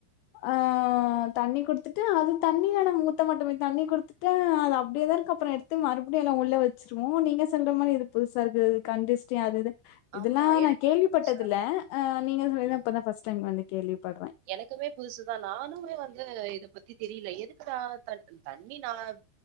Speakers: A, on the left; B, on the right.
A: ஆ தண்ணி குடுத்துட்டு அது தண்ணியான ஊத்த மட்டுமே தண்ணி குடுத்து அது அப்டியேதா இருக்கு அப்றம் எடுத்து மறுபடியும் எல்லாம் உள்ள வச்சுருவோம் நீங்க சொல்ற மாரி இது புதுசா இருக்கு கண்திஸ்டி அது இது இதல்லாம்
B: ஆமா எனக்கு
A: நா கேள்விப்பட்டது
B: இது புதுசா
A: இல்ல ஆ நீங்க சொல்லி
B: ம்.
A: தா இப்பதா பஸ்ட் டைம் வந்து கேள்விப்படற
B: எனக்குமே புதுசுதா நானுமே வந்து இத பத்தி தெரியல எதுக்குடா தண்ணி நான்